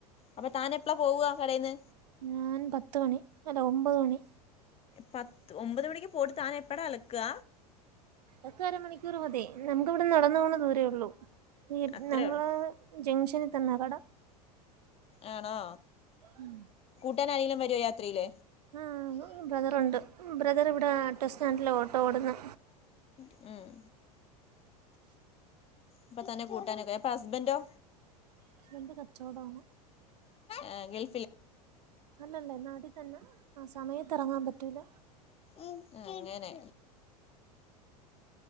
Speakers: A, on the left; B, on the right.
A: അപ്പൊ താൻ എപ്പളാ പോവുവാ കടേന്ന്
B: ഞാൻ പത്ത് മണി അല്ല ഒമ്പത് മണി
A: പത്ത് ഒമ്പത് മണിക്ക് പോട്ട് താൻ എപ്പടാ അലക്കുക
B: ഓക്ക അരമണിക്കൂറ്മതി നമുക്കിവിടെ നടന്ന പോണ ദൂരേ ഉള്ളൂ
A: അത്രേ
B: ഞങ്ങള്
A: ഉള്ളൂ
B: ജംഗ്ഷൽ തന്ന കട
A: ആണോ
B: ഉം
A: ട്ടാന് ആരെങ്കിലും വരോ യാത്രീല്
B: ആ ബ്രദറുണ്ട് ബ്രദർ ഇവിടെ ഓട്ടോ സ്റ്റാൻഡില് ഓട്ടോ ഓടുന്ന്
A: ഉം അപ്പൊ തന്നെ കൂട്ടാനൊക്ക അപ്പൊ ഹസ്ബൻന്റോ
B: ഹസ്ബൻഡ് കച്ചോടാണ്
A: ഏ ഗൾ
B: അല്ലല്ല നാട്ടിതന്ന ആ സമയത്തിറങ്ങാൻ പറ്റൂല
A: ഉം അങ്ങനെ